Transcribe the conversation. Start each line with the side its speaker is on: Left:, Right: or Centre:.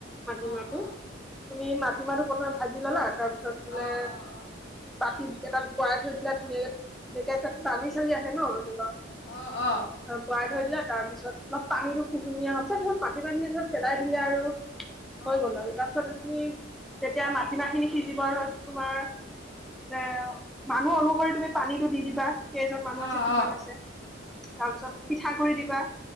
Centre: মাটি
Left: অঁ
Centre: মাহটো
Left: অঁ
Centre: তুমি মাটিমাহটো প্ৰথমে ভাজি ল'লা তাৰপিছত বোলে
Left: অঁ অঁ
Centre: বাতি তাত শুকুৱাই থৈ দিলা ধুনীয়াকে এয়া তাত বালি চালি আহে ন এনেকুৱা
Left: অঁ অঁ অঁ
Centre: ব দিলে তাৰপিছত অলপ পানীটো কুহুমিয়া হৈছে তাৰছত মাটিমাহ খিনী পেলাই দিলা আৰু হৈ
Left: অঁ
Centre: গ'ল আৰু তাৰপিছতে তুমি তেতিয়া মাটিমাহ খিনি সিজিব তোমাৰ মানে মানুহ অনুসৰি তুমি পানীটো দি দিবা। কেইজন মানুহ
Left: অঁ
Centre: আছে কিমান
Left: অঁ
Centre: আছে। তাৰ পিছত পিঠাগুৰি দিবা।